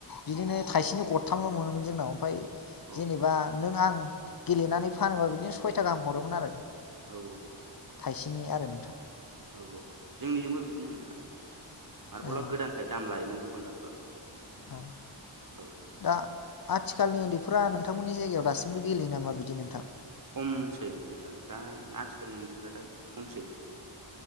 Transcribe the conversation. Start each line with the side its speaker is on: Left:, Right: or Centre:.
Left: बिदिनो थाइसेनो गरथामल' मोनो मोन जोंनाव मफ्राय
Right: औ
Left: जेनेबा नों आं गेलेनानै फानोबा बिदिनो सयथा गाहाम हरोमोन आरो
Right: औ
Left: थाइसेनि आरो नोंथां
Right: औ औ जोंनिजोंबो बिदिनो नोंथां मार्बला
Left: औ
Right: गोदानखाय दाम लायोमोन दखानदारफ्राबो
Left: औ
Right: औ
Left: दा आथिखालनि उन्दै फा नोंथांमोननि जायगायाव दासिमबो गेलेयो नामा बिदि नोंथां
Right: खमसै नोंथां दा आथिखालनि उन्दैफ्रा दा खमसै